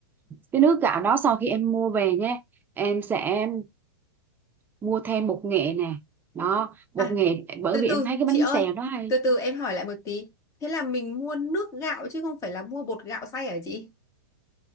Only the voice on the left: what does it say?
à
từ
từ
chị
ơi
từ từ em hỏi lại một tí thế là mình mua nước gạo chứ không phải là mua bột gạo xay hả chị